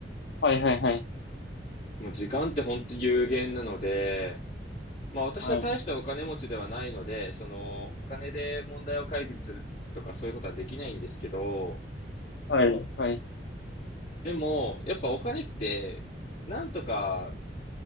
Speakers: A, on the left; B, on the left.
A: はいはいはい。
B: もう時間って本当有限なので、まあ私は大したお金持ちではないので、
A: はい。
B: そのお金で問題を解決するとかそういうことはできないんですけど、
A: はい。はい。
B: でもやっぱお金ってなんとか